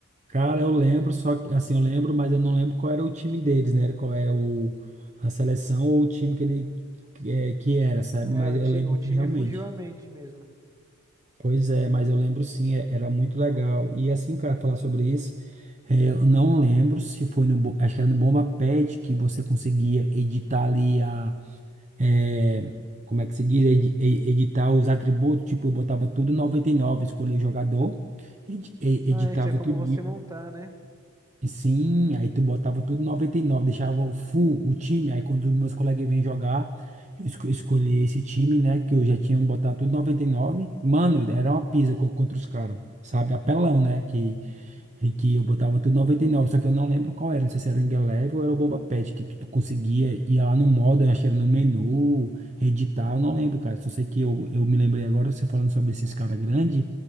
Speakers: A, on the right; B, on the right.
A: Cara, eu lembro, só que, assim, eu lembro, mas eu não lembro qual era o time deles, né? Qual era o, a seleção ou o time que ele que, é, que era, sabe?
B: É,
A: Mas
B: o,
A: eu
B: ti-
A: lembro
B: o time
A: que realmente.
B: fugiu à mente mesmo.
A: Pois é, mas eu lembro sim, é- era muito legal. E assim, cara, falar sobre isso, é, eu não lembro se foi no, Bo- acho que era no Bomba Pet que você conseguia editar ali é, como é que se diz, Edi- e- editar os atributos, tipo, eu botava tudo 99, escolhia o jogador, edi- e-
B: Ah,
A: editava
B: é, tinha como
A: tudo,
B: você montar, né?
A: Sim, aí tu botava tudo 99, deixava o full o time. Aí quando meus colegas vinham jogar, eu esco- escolhi esse time, né? Que eu já tinha botado tudo 99. Mano, era uma pisa co- contra os caras, sabe? Apelão, né? Que, que eu botava tudo 99, só que eu não lembro qual era. Não sei se era o Ingeleve ou era o Bomba Pet, que tu, tu conseguia ir lá no modo, eu acho que era no menu, editar, eu não lembro, cara. Só sei que eu, eu me lembrei agora, você falando sobre esses caras grandes,